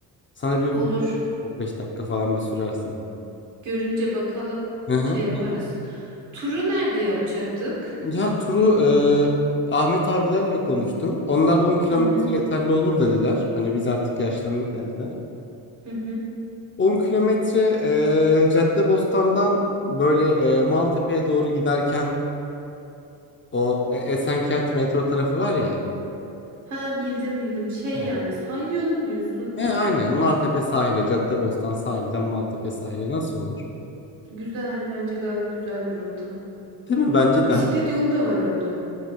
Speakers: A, on the left; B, on the right.
A: Sana bir
B: Olur
A: 15 dakika falan bir sürersin.
B: görünce bakalım
A: Hı hı,
B: şey yaparız.
A: hı hı.
B: Turu nerede yapacaktık?
A: Ya turu e, Ahmet abilerle konuştum. Onlar 10 kilometre
B: Hı hı
A: yeterli olur dediler. Hani biz artık yaşlandık dediler.
B: hı hı.
A: 10 kilometre e, Caddebostan'dan böyle e, Maltepe'ye doğru giderken o e, Esenkent metro tarafı var ya.
B: Ha bildim bildim şey
A: He.
B: yani sahil yolunu diyorsun.
A: E, aynen Maltepe sahile, Caddebostan sahilden Maltepe sahile nasıl olur?
B: Güzel bence gayet güzel bir rota.
A: Değil mi? Bence
B: Bisiklet
A: de hani.
B: yolu da var orada.